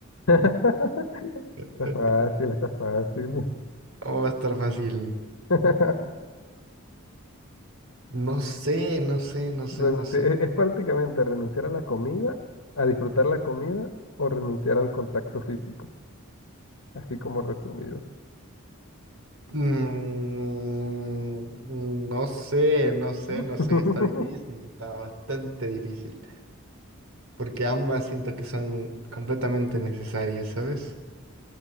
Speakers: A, on the left; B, on the right.
A: <laughs>
B: <laughs>
A: Está fácil, está fácil.
B: ¿Cómo va a estar fácil?
A: <laughs>
B: No sé, no sé, no sé,
A: Renunciar-
B: no sé.
A: es, es prácticamente renunciar a la comida, a disfrutar la comida o renunciar al contacto físico, así como resumido.
B: Mm, no sé, no sé,
A: <laughs>
B: no sé. Está difícil, está bastante difícil. Porque ambas siento que son completamente necesarias, ¿sabes?